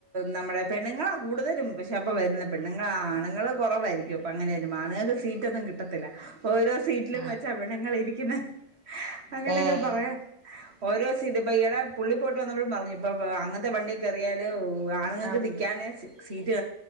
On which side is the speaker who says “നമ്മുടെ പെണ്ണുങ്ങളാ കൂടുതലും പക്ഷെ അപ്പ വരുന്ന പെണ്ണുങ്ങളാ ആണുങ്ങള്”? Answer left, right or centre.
Right